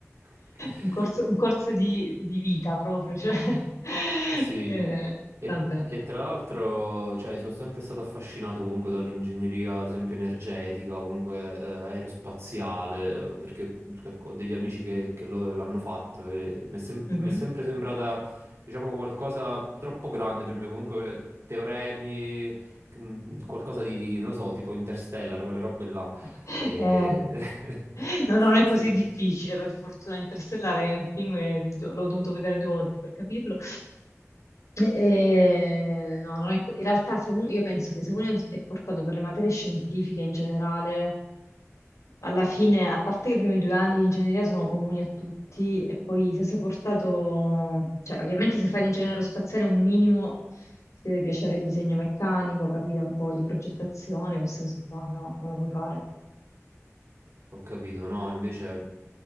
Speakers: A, on the right (about 60°); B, on the left (about 80°).
A: <laughs>
B: un corso, un corso di, di vita proprio, cioè, <laughs>
A: Sì,
B: eh,
A: e,
B: vabbè.
A: e tra l'altro, cioè, sono sempre stato affascinato comunque dall'ingegneria, ad esempio, energetica o comunque eh, aerospaziale, eh, perché cioè, ho degli amici che, che lo- l'hanno fatto e mi è, sem-
B: Mhm.
A: mi è sempre sembrata, diciamo, qualcosa troppo grande per me, comunque teoremi, mm, qualcosa di, non lo so, tipo Interstellar, quelle robe là.
B: <laughs>
A: E... <laughs>
B: Eh, no, non è
A: Sì.
B: così difficile, per fortuna, Interstellare, che è il film che l'ho dovuto vedere due volte per capirlo. Eh, no, non è co- in realtà se uno- io penso che se uno è portato per le materie scientifiche in generale, alla fine, a parte che i primi due anni di ingegneria sono comuni a tutti, e poi se sei portato, cioè ovviamente se fai l'ingegnere aerospaziale un minimo ti deve piacere il disegno meccanico, capire un po' di progettazione, queste cose qua, no, non lo puoi fare.
A: Ho capito, no, invece